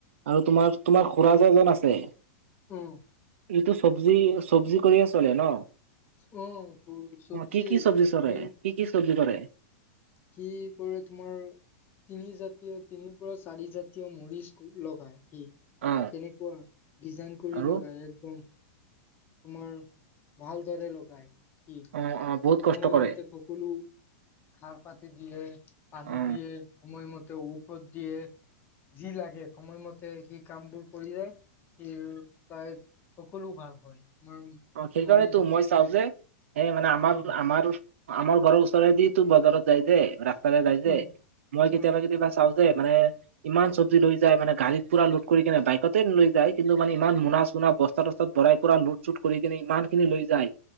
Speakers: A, on the right; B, on the left.
A: আৰু তোমাৰ তোমাৰ খুৰা যে এজন আছে।
B: উম।
A: এইটো চব্জি চব্জি কৰিয়ে চলে ন'
B: অ'সৰু চব্জি
A: অ কি কি
B: সি
A: চলে কি কি চব্জি কৰে।
B: সি কৰে তোমাৰ তিনি জাতীয় তিনিৰ পৰা চাৰি জাতীয় মৰিচ লগায়। সি
A: অ
B: কেনেকুৱা ডিজাইন কৰি
A: আৰু
B: লগাই একদম। তোমাৰ ভাল দৰে লগাই সি।
A: অ' অ' বহুত কষ্ট
B: সময়মতে
A: কৰে
B: সকলো সাৰ পাতি দিয়ে। পানী
A: অ
B: দিয়ে সময়মতে ঔষধ দিয়ে। যি লাগে সময়মতে সি কামবোৰ কৰি যায়। <unintelligible> তাইৰ সকলো ভাল হয় আমাৰ
A: অ' সেইকাৰণেতো
B: মৰিচ
A: মই চাও যে সেই মানে আমাৰ
B: উম
A: আমাৰ আমাৰ ঘৰৰ ওচৰেদি তোৰ বজাৰত যাই যে, ৰাস্তাৰে যাই যে
B: উম
A: মই
B: উম
A: কেতিয়াবা কেতিয়াবা চাওঁ যে মানে ইমান চবজি লৈ যায় মানে গাড়ীত পুৰা লোড কৰি কেনে বাইকতেই ন লৈ যায় কিন্তু মানে ইমান মোনা চুনা বস্তু। বস্তা সস্তাত ভৰাই পুৰা লোট চোট কৰি কিনে ইমান খিনি লৈ যায়